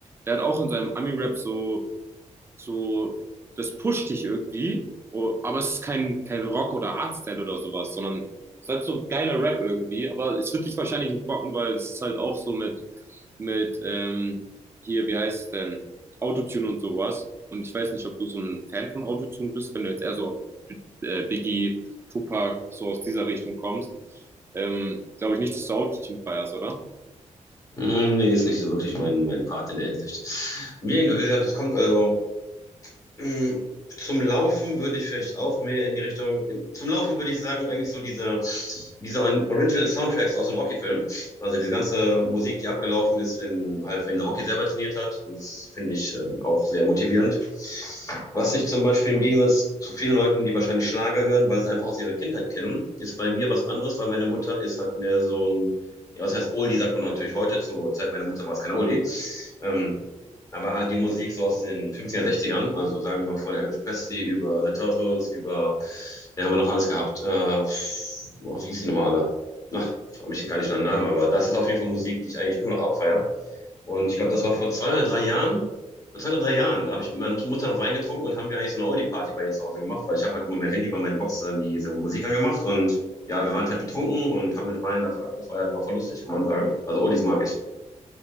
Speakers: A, on the right; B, on the left.
A: der hat auch in seinem Ami-Rap so so, das pusht dich irgendwie, oh, aber es ist kein, kein Rock oder Hardstyle oder sowas, sondern es ist halt so geiler Rap irgendwie, aber es wird dich wahrscheinlich nicht bocken, weil es ist halt auch so mit, mit ähm, hier, wie heißt es denn, Autotune und sowas. Und ich weiß nicht, ob du so ein Fan von Autotune bist, wenn du jetzt eher so auf äh, Biggie, Tupac, so aus dieser Richtung kommst. Ähm, Glaube ich nicht, dass du Autotune feierst, oder?
B: Hm, nee, ist nicht so wirklich mein, mein Part in der Hinsicht. Wie gesagt, es kommt also mh, Zum Laufen würde ich vielleicht auch mehr in die Richtung, in, zum Laufen würde ich sagen, eigentlich so diese, diese Original Soundtracks aus dem Rocky-Film. Also diese ganze Musik, die abgelaufen ist, in, halt, wenn Rocky selber trainiert hat, das finde ich ähm, auch sehr motivierend. Was ich zum Beispiel im Gegensatz zu vielen Leuten, die wahrscheinlich Schlager hören, weil sie es einfach aus ihrer Kindheit kennen, ist bei mir was anderes, weil meine Mutter ist halt mehr so ein, ja, was heißt Oldie, sagt man natürlich heute, zur Zeit meiner Mutter war es kein Oldie. Ähm, aber halt die Musik so aus den 50er, ern also sagen wir mal von Elvis Presley über The Turtles, über, den haben wir noch alles gehabt. Äh, boah, wie hieß die nochmal alle? Na, frag mich gar nicht nach dem Namen, aber das ist auf jeden Fall Musik, die ich eigentlich immer noch abfeiere Und ich glaube, das war vor zwei oder drei Jahren, vor zwei oder drei Jahren, da habe ich mit meiner Mutter noch Wein getrunken und haben wir eigentlich so eine Oldie-Party bei ihr zu Hause gemacht, weil ich habe halt immer mein Handy über meine Box dann diese Musik angemacht und ja, wir waren fett betrunken und haben mit Wein davon abgefeiert, war voll lustig, kann man sagen. Also Oldies mag ich.